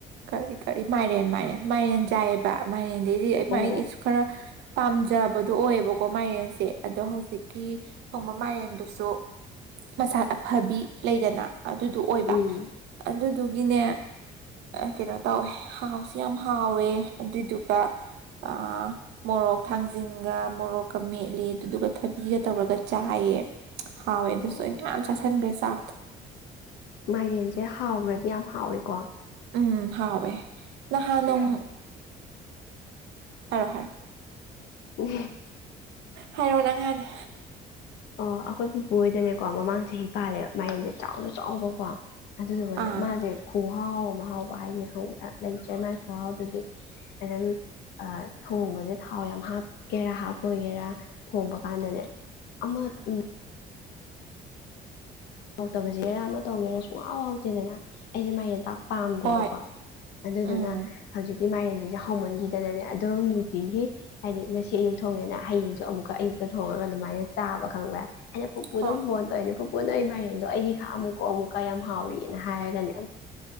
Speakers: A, on the right (about 85°); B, on the left (about 85°).
A: ꯀꯔꯤ ꯀꯔꯤ ꯃꯥꯏꯔꯦꯟ ꯃꯥꯏꯔꯦꯟ ꯃꯥꯏꯔꯦꯟ ꯆꯥꯏꯑꯕ ꯃꯥꯏꯔꯦꯟꯗꯩꯗꯤ
B: ꯑꯣ
A: ꯃꯒꯤꯁꯨ ꯈꯔ ꯄꯥꯝꯖꯕꯗꯣ ꯑꯣꯏꯌꯦꯕꯀꯣ ꯃꯥꯏꯔꯦꯟꯁꯦ ꯑꯗꯣ ꯍꯧꯖꯤꯛꯀꯤ ꯊꯣꯡꯕ ꯃꯥꯏꯔꯦꯟꯗꯨꯁꯨ ꯃꯁꯥꯠ ꯑꯐꯕꯤ ꯂꯩꯗꯅ ꯑꯗꯨꯗꯣ ꯑꯣꯏꯕ
B: ꯎꯝ
A: ꯑꯗꯨꯗꯨꯒꯤꯅꯦ ꯀꯩꯅꯣ ꯇꯧꯋꯦ ꯍꯥꯎꯁꯤ ꯌꯥꯝ ꯍꯥꯎꯋꯦ ꯑꯗꯨꯗꯨꯒ ꯑ ꯃꯣꯔꯣꯛ ꯊꯥꯡꯖꯤꯡꯒ ꯃꯣꯔꯣꯛꯀ ꯃꯦꯠꯂꯦ ꯑꯗꯨꯗꯨꯒ ꯊꯕꯤꯒ ꯇꯧꯔꯒ ꯆꯥꯏꯌꯦ ꯍꯥꯎꯋꯦ ꯑꯗꯨꯁꯨ
B: ꯑꯣ
A: ꯑꯩ ꯃꯌꯥꯝ ꯆꯥꯁꯤꯟꯈ꯭ꯔꯦ ꯆꯥꯛꯊꯣ
B: ꯃꯥꯏꯔꯦꯟꯁꯦ ꯍꯥꯎꯈ꯭ꯔꯗꯤ ꯌꯥꯝ ꯍꯥꯎꯏꯀꯣ
A: ꯎꯝ ꯍꯥꯎꯋꯦ ꯍꯥ ꯅꯣꯡ ꯍꯔꯣ ꯍꯔꯣ
B: ꯎ
A: ꯍꯥꯏꯔꯣ ꯅꯪꯍꯥꯟꯅ
B: ꯑꯣ ꯑꯩꯈꯣꯏ ꯄꯨꯄꯨ ꯍꯣꯏꯗꯅꯦꯀꯣ ꯃꯃꯥꯡ ꯆꯍꯤ ꯄꯥꯜꯂꯦꯕ ꯃꯥꯏꯔꯦꯟꯁꯦ ꯆꯥꯎꯅ ꯆꯥꯎꯕꯀꯣ ꯑꯗꯨꯗꯨꯕꯨꯅꯦ
A: ꯑꯥ
B: ꯃꯥꯁꯦ ꯈꯨꯍꯥꯎ ꯑꯃ ꯃꯍ ꯃꯍꯥꯎꯕ ꯍꯥꯏꯁꯦ ꯈꯪꯕ꯭ꯔꯥ ꯂꯩꯇ꯭ꯔꯦ ꯃꯥꯥꯏ ꯈꯨꯍꯥꯎꯗꯨꯗꯤ ꯑꯦ ꯊꯣꯡꯕꯁꯦ ꯊꯥꯎ ꯌꯥꯝ ꯍꯥꯞꯀꯦꯔꯥ ꯍꯥꯞꯄꯣꯏꯒꯦꯔꯥ ꯊꯣꯡꯕ ꯀꯥꯟꯗꯅꯦ ꯑ ꯍꯥꯎꯇꯕꯁꯦꯔꯥ ꯑꯃ ꯇꯧꯒꯦꯔꯥ ꯁꯨꯡꯍꯥꯎ ꯍꯥꯎꯇꯦꯗꯅ ꯑꯩꯁꯦ ꯃꯌꯦꯟ ꯄꯥꯛ ꯄꯥꯝꯗꯦꯕꯀꯣ
A: ꯍꯣꯏ
B: ꯑꯗꯨꯗꯨꯅ
A: ꯎꯝ
B: ꯍꯧꯖꯤꯛꯀꯤ ꯃꯥꯏꯔꯟꯁꯤꯁꯦ ꯍꯧꯥꯎꯃꯟꯈꯤꯗꯅꯅꯦ ꯑꯗꯣ ꯅꯨꯅꯨꯡꯇꯤꯒꯤ ꯍꯥꯏꯗꯤ ꯉꯁꯤ ꯑꯌꯨꯛ ꯊꯣꯡꯉꯦꯅ ꯍꯌꯦꯡꯁꯨ ꯑꯃꯨꯛꯀ ꯑꯌꯨꯛꯇ ꯊꯣꯡꯉꯒ ꯑꯗꯨꯃꯥꯏꯅ ꯆꯥꯕ ꯈꯪꯕ꯭ꯔꯦ ꯑꯩꯅ ꯄꯨꯄꯨꯗꯣꯝ
A: ꯍꯣꯏ
B: ꯕꯣꯟ ꯇꯧꯋꯦꯅꯦ ꯄꯨꯄꯨꯅ ꯑꯩ ꯃꯥꯏꯔꯦꯟꯗꯣ ꯑꯩꯒꯤ ꯈ ꯑꯃꯨꯛꯀꯣ ꯑꯃꯨꯛꯀ ꯌꯥꯝ ꯍꯥꯎꯔꯤꯑꯅ ꯍꯥꯏꯔꯒꯅꯦ